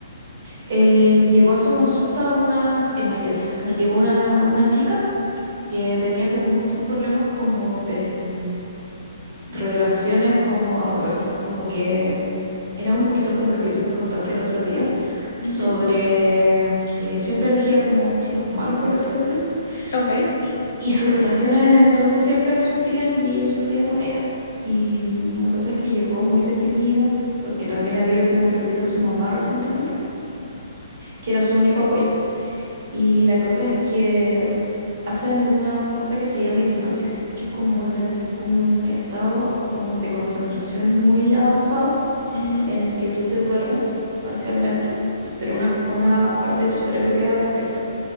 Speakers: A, on the right (about 45°); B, on the left (about 65°).
A: em, llegó a su consulta una en Miami. Llegó una, una chica que tenía como muchos problemas como de relaciones como amorosas, como que era un poquito como lo que tú me contaste el otro día, sobre
B: Ujú,
A: que siempre elegía como chicos malos, por así decirlo,
B: Ok,
A: y, y sus relaciones entonces siempre sufrían y ella sufría con ella. Y mm, la cosa es que llegó muy deprimida porque también había como perdido a su mamá recientemente, que era su único apoyo. Y la cosa es que hacen una cosa que se llama hipnosis, que es como un, ent- un estado como de concentración muy avanzado
B: ujú,
A: en el que tú te duermes parcialmente, y- pero una, una parte de tu cerebro queda despierta.